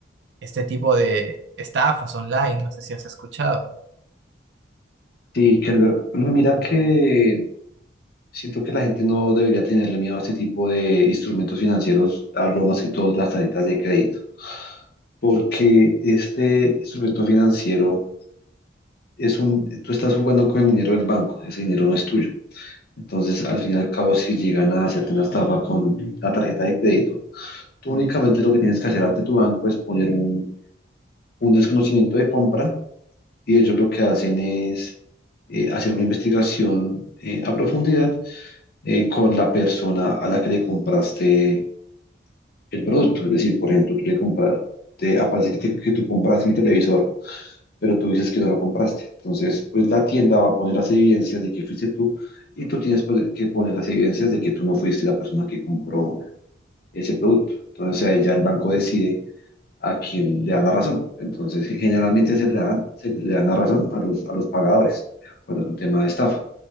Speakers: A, on the right (about 65°); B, on the left (about 55°).
A: este tipo de estafas online. No sé si has escuchado.
B: Sí, Kerber, mira que siento que la gente no debería tenerle miedo a este tipo de instrumentos financieros, hablo más que todo de las tarjetas de crédito, porque este instrumento financiero es un, tú estás jugando con el dinero del banco, ese dinero no es tuyo. Entonces, al fin y al cabo, si llegan a hacerte una estafa con la tarjeta de crédito, tú únicamente lo que tienes que hacer ante tu banco es poner un, un desconocimiento de compra y ellos lo que hacen es eh, hacer una investigación eh, a profundidad eh, con la persona a la que le compraste el producto. Es decir, por ejemplo, tú le compraste, aparece que, te- que tú compraste un televisor, pero tú dices que no lo compraste. Entonces, pues la tienda va a poner las evidencias de que fuiste tú y tú tienes pues, que poner las evidencias de que tú no fuiste la persona que compró ese producto. Entonces, ahí ya el banco decide a quién le da la razón. Entonces, generalmente se le dan, se le dan la razón a los, a los pagadores cuando es un tema de estafa.